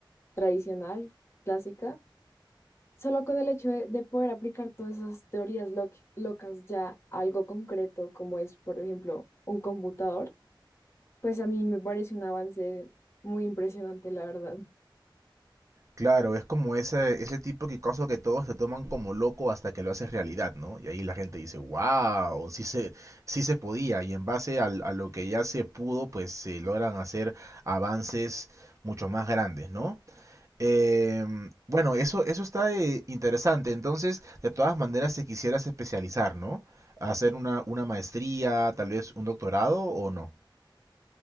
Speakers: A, on the left (about 30°); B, on the right (about 40°).
A: tradicional, clásica, Solo con el hecho de, de poder aplicar todas esas teorías loc- locas ya a algo concreto, como es, por ejemplo, un computador, pues a mí me parece un avance muy impresionante, la verdad.
B: Claro, es como ese, ese tipo de caso que todos te toman como loco hasta que lo haces realidad, ¿no? Y ahí la gente dice, wow, sí se, sí se podía. Y en base al- a, lo que ya se pudo, pues se logran hacer avances mucho más grandes, ¿no? Em, bueno, eso, eso está eh, interesante. Entonces, de todas maneras, te quisieras especializar, ¿no? Hacer una, una maestría, tal vez un doctorado o no.